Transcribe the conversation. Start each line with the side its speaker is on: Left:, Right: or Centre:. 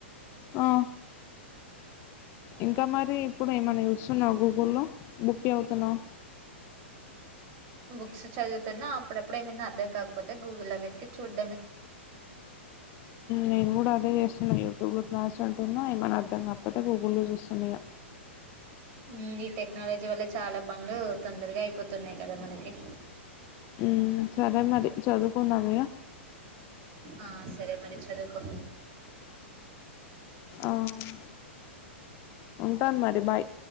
Left: ఆ ఇంకా మరి ఇప్పుడు ఏమైన్నా చూస్తున్నావా గూగుల్లో బుక్కే అవుతున్నావు
Right: బుక్స్ చదువుతున్నా అప్పుడప్పుడేమన్నా అర్థం కాకపోతే గూగుల్లో వెతికి చూడ్డమే
Left: నేను కూడా డ్రై జేస్సున్నా యూట్యూబ్ లో క్లాస్ వింటున్నా ఏమని అర్థం కాకపోతే గూగుల్లో లో చూస్తున్నా ఇగ
Right: మ్మ్ ఈ టెక్నాలజీ వల్ల చాలా పనులు తొందరగా అయిపోతున్నాయి కదా మనకి.
Left: హ్మ్ సరే మరి చదువుకుందాం ఇగ
Right: ఆ సరే మరి చదువుకో
Left: ఆమ్ ఉంటాను మరి బాయ్